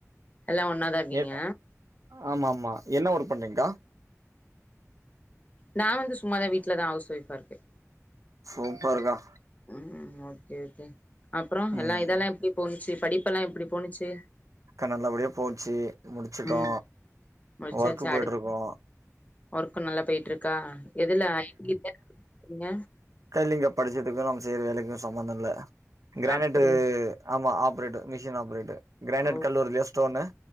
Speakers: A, on the left; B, on the right.
A: எல்லா ஒன்னாதா இருக்கீங்க
B: நே ஆமா ஆமா என்ன ஒர்க் பண்றீங்க்கா
A: நா வந்து சும்மாதா வீட்லதா ஹவுஸ் ஒய்ஃபா இருக்கே
B: சூப்பர்க்கா
A: ம் ஓகே ஓகே அப்றோ
B: ம்
A: எல்லா இதெல்லா எப்டி போணுச்சு படிப்பெல்லா எப்டி போணுச்சு
B: க்கா நல்லபடியே போச்சு முடிச்சுட்டோ
A: ம் முடிச்சாச்சா
B: ஒர்க்கு போயிட்ருக்கோ
A: அடுத் ஒர்க்கு நல்லா போயிட்ருக்கா எதுல ஐ <inaudible> நீங்க
B: க இல்லிங்க படிச்சதுக்கு நம்ம செய்ற வேலைக்கு சம்மந்த இல்ல கிரானைட்டு
A: அப்டியா
B: ஆமா ஆப்ரேட்டு மிஷின் ஆப்ரேட்டு கிரானைட்
A: ஓ
B: கல்லு வருல்லியா ஸ்டோனு